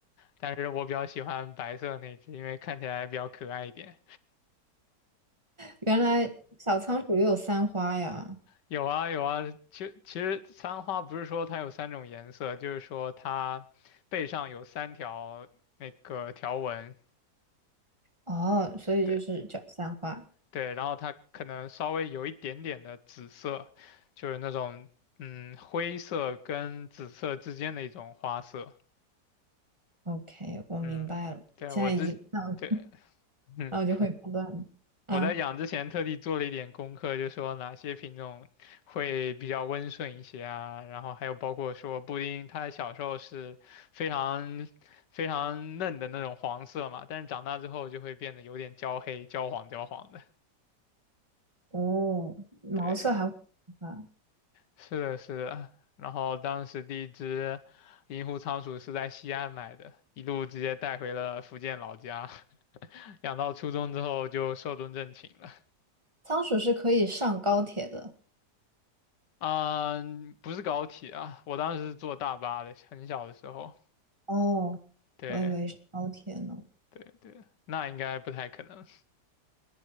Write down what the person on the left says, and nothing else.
但是我比较喜欢白色那只，因为看起来比较可爱一点。
有啊有啊，其其实三花不是说它有三种颜色，就是说它背上有三条那个条纹，
对对，然后它可能稍微有一点点的紫色，就是那种嗯灰色跟紫色之间的一种花色，
嗯，对我之对，
嗯。
我在养之前特地做了一点功课，就说哪些品种会比较温顺一些啊，然后还有包括说布丁，它小时候是非常非常嫩的那种黄色嘛，但是长大之后就会变得有点焦黑、焦黄、焦黄的。
对，是的，是的。然后当时第一只银狐仓鼠是在西安买的，一路直接带回了福建老家，<laughs> 养到初中之后就寿终正寝了。
啊、不是高铁啊，我当时是坐大巴的，很小的时候。
对
对对，那应该不太可能。